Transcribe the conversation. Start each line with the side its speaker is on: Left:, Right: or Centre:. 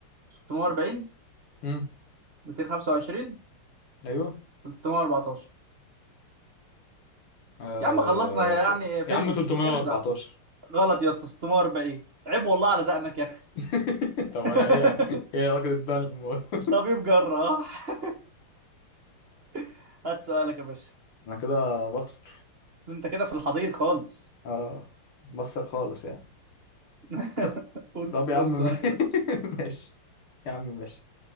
Right: 640
Left: امم
Right: 225
Left: أيوه
Right: 314
Left: آه...
Right: يا عم خلصنا هي
Left: ت...
Right: يعني فيلم
Left: يا عم 314
Right: ارزع غلط يا اسطى 640 عيب والله على دقنك يا اخي
Left: <laughs> طب
Right: <laughs>
Left: أنا إيه إيه علاقة الدم بالموضوع <laughs>
Right: طبيب جراح <laughs> هات سؤالك يا باشا
Left: أنا كده بخسر
Right: انت كده في الحضيض خالص
Left: اه بخسر خالص يعني
Right: <laughs>
Left: ط-
Right: قول
Left: طب يا
Right: قول
Left: عم
Right: سؤالك
Left: <laughs>
Right: يا باشا
Left: ماشي يا عم ماشي